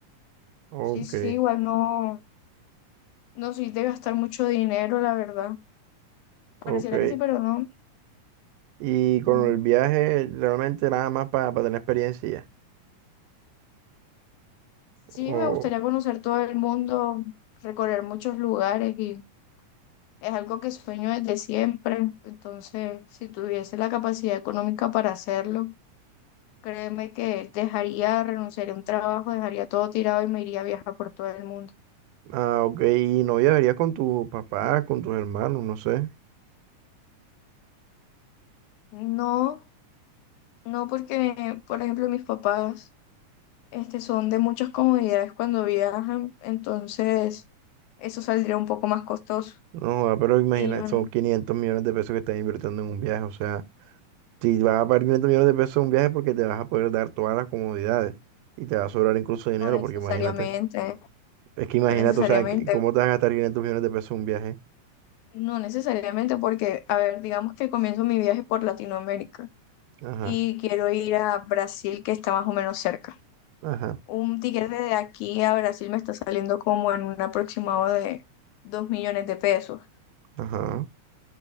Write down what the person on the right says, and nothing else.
Ok,
ok.
¿Y con
el viaje realmente nada más para tener experiencia? ya? O,
ah, ok, y no viajarías con tus papás, con tus hermanos, no sé.
No, joda, pero imagina,
son
500 millones de pesos que estás invirtiendo en un viaje. O sea, si vas a pagar 500 millones de pesos en un viaje porque te vas a poder dar todas las comodidades y te va a sobrar incluso dinero,
porque imagínate, es que imagínate,
o sea, en qué- ¿cómo te vas a gastar quinientos millones de pesos en un viaje?
Ajá,
ajá,
ajá,